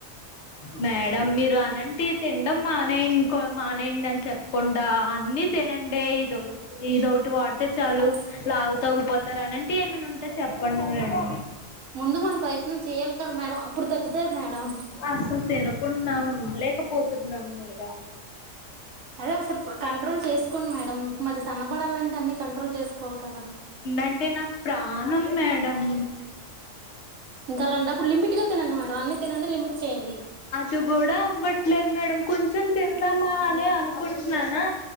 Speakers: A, on the left (about 65°); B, on the right (about 85°).
A: మేడం మీర్ అనంటి తిండమ్ మానెయ్ న్ కో మానేయండి అని చెప్కుండా అన్ని తినండి ఇదవ్ ఇదవ్టి వాడ్ తే చాలు
B: అ-
A: లావు తగ్గుపోతారు అని అలాంటియ్ ఏమైనా ఉంటే చెప్పండి మేడం
B: ముందు మనం ప్రయత్నం చేయాలి కదా మేడం అప్పుడు తగ్గుతారు మేడం
A: అసలు తినకుండా ఉన్ ఉండ్లేకపోతున్నాం మేడం
B: అదే ఒకసారి కంట్రోల్ చేసుకోండ్ మేడం మరి సన్నబడాలంటే అన్నీ కంట్రోల్ చేసుకోవాలి కదా
A: అంటే నాకు ప్రాణం మేడం
B: ఇంకా అలాంటడప్పుడు లిమిట్ గా తినండి మేడం అన్ని తినండి లిమిట్ చేయండి
A: అది కూడ అవ్వట్ మేడం కొంచెం తిందామా అని అనుకుంటున్నానా